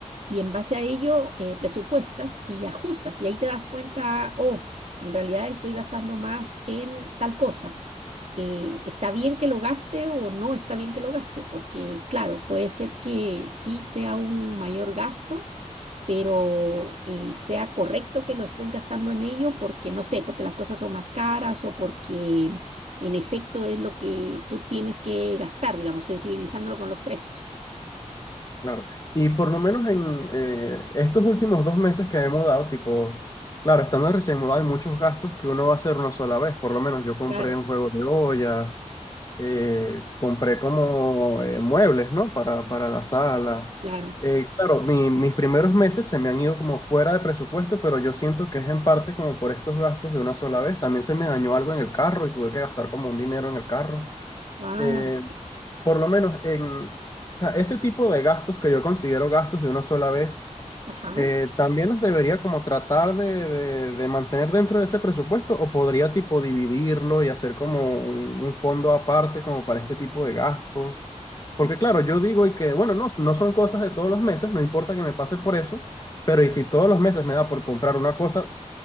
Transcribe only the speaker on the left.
Claro. Y por lo menos en eh, estos últimos dos meses que he mudado, tipo, claro, estando recién mudado hay muchos gastos que uno va a hacer una sola vez. Por lo menos yo compré
un juego de ollas, eh, compré como eh, muebles, ¿no? Para, para la sala.
Eh, claro, mi- mis primeros meses se me han ido como fuera de presupuesto, pero yo siento que es en parte como por estos gastos de una sola vez. También se me dañó algo en el carro y tuve que gastar como un dinero en el carro
eh, por lo menos en, o sea, ese tipo de gastos que yo considero gastos de una sola vez,
eh, también los debería como tratar de, de- de mantener dentro de ese presupuesto o podría tipo dividirlo y hacer como un, un fondo aparte como para este tipo de gastos. Porque claro, yo digo y que, bueno, no, no son cosas de todos los meses, no importa que me pase por eso, pero y si todos los meses me da por comprar una cosa